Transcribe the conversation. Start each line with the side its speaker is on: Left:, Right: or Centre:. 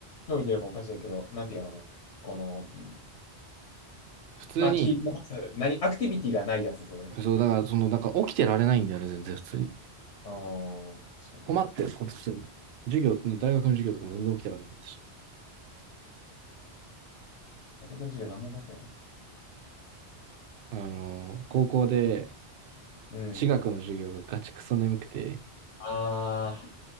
Left: 興味出ればおかしいけど、なんてやろうな。この、うん、
Right: 普通に、
Left: まあ、聞いてます。何、アクティビティがないやつってことね。
Right: そう、だからその、なんか起きてられないんだよね、全然普通に。
Left: あー、確か
Right: 困ってる、この普通に。授業、大学の授業とかも全然起きてられなかったし。
Left: に。タイトル主義は何も覚えてないわ。
Right: あの、高校で
Left: うん。
Right: 地学の授業がガチクソ眠くて、
Left: あー、い